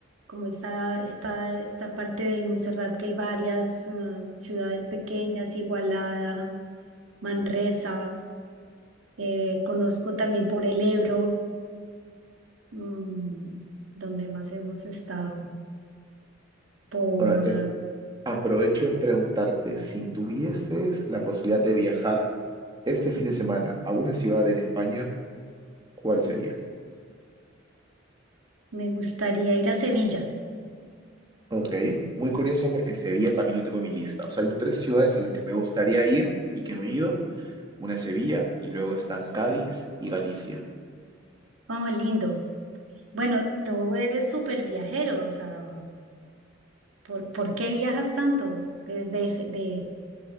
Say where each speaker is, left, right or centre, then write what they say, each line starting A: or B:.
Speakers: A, on the right; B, on the right.
A: como esta, esta, esta parte del Montserrat que hay varias eh, ciudades pequeñas, Igualada, Manresa, eh, conozco también por el Ebro, mm, donde más hemos estado por
B: Bueno, entonces aprovecho en preguntarte si tuvieses la posibilidad de viajar este fin de semana a una ciudad en España, ¿cuál sería?
A: Me gustaría ir a Sevilla.
B: Ok, muy curioso porque Sevilla también lo tengo en mi lista. O sea, hay tres ciudades a las que me gustaría ir y que no he ido. Una es Sevilla y luego están Cádiz y Galicia.
A: Oh, lindo. Bueno, tú eres súper viajero, o sea, ¿por, por qué viajas tanto? ¿Es de, de-